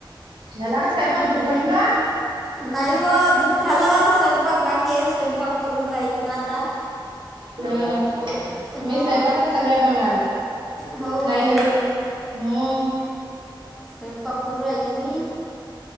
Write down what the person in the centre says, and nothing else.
नाही व दुध झालं स्वयंपाक बाकी हाई स्वयंपाक करून राहिली ना आता.
हां
हो
काय
स्वयंपाक करू राहिली मी